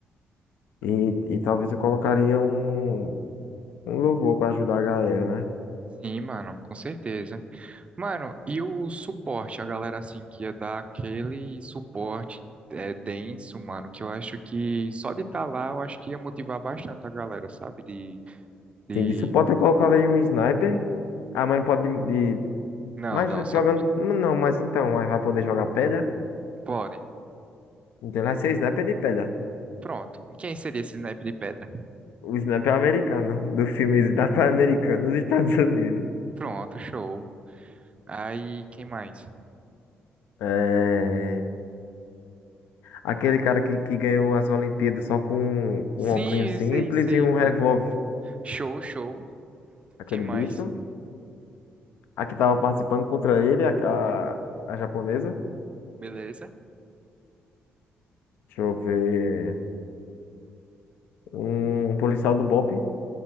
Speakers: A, on the left (about 85°); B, on the right (about 35°).
A: e, e talvez eu colocaria um, um louvor pra ajudar a galera, né?
B: Sim, mano, com certeza. Mano, e o suporte, a galera assim que ia dar aquele suporte é, denso, mano, que eu acho que só de estar lá, eu acho que ia motivar bastante a galera, sabe? De, de...
A: Sim, de suporte eu colocar ali um sniper. Ah, mas não pode de. de-
B: Não,
A: Mas
B: não, só
A: jogando. Não, mas então, mas vai poder jogar pedra?
B: pode.
A: Então ele vai ser sniper de pedra.
B: Pronto. E quem seria esse naipe de pedra?
A: O sniper americano, do filme Sniper Americano nos Estados Unidos.
B: Pronto, show. Aí, quem mais?
A: É. Aquele cara que, que ganhou as Olimpíadas só com um,
B: Sim,
A: um óculos simples
B: sei, sei,
A: e um
B: mano.
A: revólver.
B: Show, show.
A: Aquele
B: Quem mais?
A: bicho. A que tava participando contra ele, a, a, a japonesa.
B: Beleza,
A: Deixa eu ver. Um policial do BOPE